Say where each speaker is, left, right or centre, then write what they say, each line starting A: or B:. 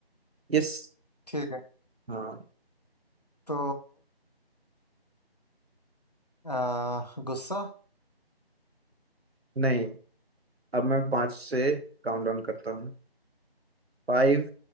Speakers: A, on the right (about 75°); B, on the left (about 40°).
A: यस
B: ठीक है
A: हाँ
B: तो आ, गुस्सा
A: नहीं अब मैं पाँच से काउंट डाउन करता हूँ फाइव